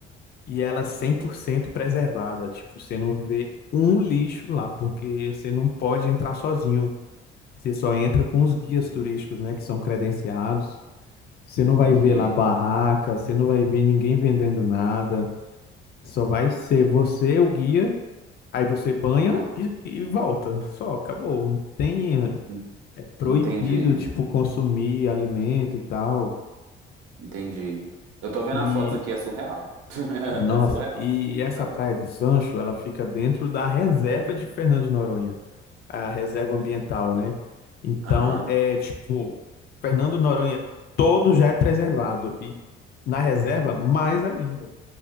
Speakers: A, on the left; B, on the right.
A: E ela é 100% preservada. Tipo, você não vê um lixo lá, porque você não pode entrar sozinho. Você só entra com os guias
B: Uhum,
A: turísticos, né, que são credenciados. Você
B: entendi.
A: não vai ver lá barraca, você não vai ver ninguém vendendo nada. Só vai ser você, o guia Aí você banha
B: Aham.
A: e, e volta. Só, acabou. Não tem,
B: En-
A: é proibido,
B: Entendi.
A: tipo, consumir alimento e tal.
B: Entendi. Eu tô vendo
A: E,
B: as fotos aqui, é surreal. <laughs>
A: nossa,
B: É surreal.
A: e essa
B: Ah,
A: Praia de Sancho, ela fica dentro da reserva de Fernando de Noronha, a reserva ambiental, né? Então,
B: Aham.
A: é tipo, Fernando de Noronha todo já é preservado. E na reserva, mais ainda.